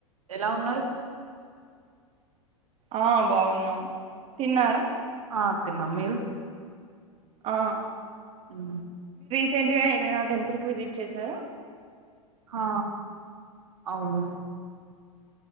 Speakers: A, on the right (about 65°); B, on the right (about 35°).
A: ఎలా ఉన్నారు
B: ఆ బాగున్నాం తిన్నారా
A: ఆ తిన్నం మీరు
B: ఆ
A: హ్మ్
B: తింటివా ఏదైనా టెంపుల్ కి విజిట్ చేశారా
A: ఆ అవును